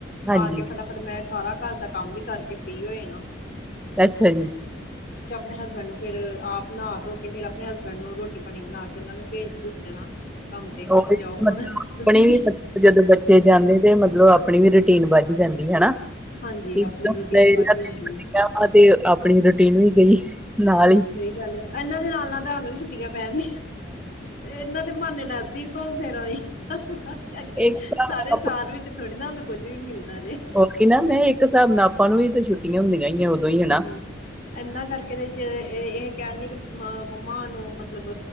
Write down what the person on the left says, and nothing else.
ਆ ਕੇ ਫਟਾਫਟ ਮੈਂ ਸਾਰਾ ਘਰ ਦਾ ਕੰਮ ਵੀ ਕਰਕੇ ਫ੍ਰੀ ਹੋ ਜਣਾ।
ਆਪਣੇ ਹਸਬੈਂਡ ਨੂੰ ਫਿਰ ਆਪ ਨਾ ਧੋ ਕੇ ਫਿਰ ਆਪਣੇ ਹਸਬੈਂਡ ਨੂੰ ਰੋਟੀ ਪਾਣੀ ਬਣਾ ਕੇ ਓਨਾਂ ਨੂੰ ਭੇਜ ਭੂਜ ਦੇਣਾ।
ਕੰਮ ਤੇ ਕਿ ਜਾਓ ਹੁਣ
ਤੁਸੀਂ
ਹਾਂਜੀ
ਆਪਣੀ ਰੂਟੀਨ ਬਾਜੀ
ਹੁੰਦੀ ਹੈ
ਸਈ ਗੱਲ ਐ, ਏਨਾਂ ਦੇ ਨਾਲ-ਨਾਲ ਤੁਹਾਨੂੰ ਵੀ ਛੁੱਟੀਆਂ ਪੈਣ, ਏਨਾਂ ਦੇ ਬਾਨੇ ਨਾਲ ਅਸੀ ਵੀ ਘੁੰਮ ਫਿਰ ਆਈ, ਅੱਗੇ
ਸਾਰੇ
ਸਾਲ ਵਿੱਚ ਥੋੜੀ ਨਾ ਓਨੂੰ ਕੁੱਝ ਵੀ ਮਿਲਦਾ ਜੇ।
ਹਾਂਜੀ,
ਏਨਾਂ ਕਰਕੇ ਤੇ ਜੇ ਏ ਇਹ ਕੈਨਗੇ ਕਿ ਮ ਮੰਮਾ ਨੂੰ ਮਤਲਬ